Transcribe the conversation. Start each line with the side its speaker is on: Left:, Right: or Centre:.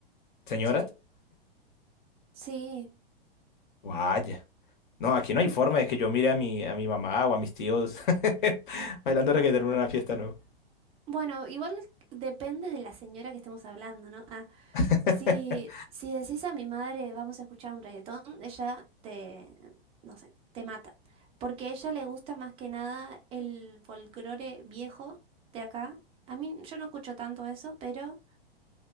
Left: señoras.
Right: Sí, sí.
Left: Vaya. No, aquí no hay forma de que yo mire a mi, a mi mamá o a mis tíos <laughs> bailando reggaetón en una fiesta, ¿no?
Right: Bueno, igual depende de la señora que estemos hablando, ¿no? Ah,
Left: <laughs>
Right: Si, si decís a mi madre, vamos a escuchar un reggaetón, ella te, no sé, te mata. Porque a ella le gusta más que nada el folclore viejo de acá. A mí, yo no escucho tanto eso, pero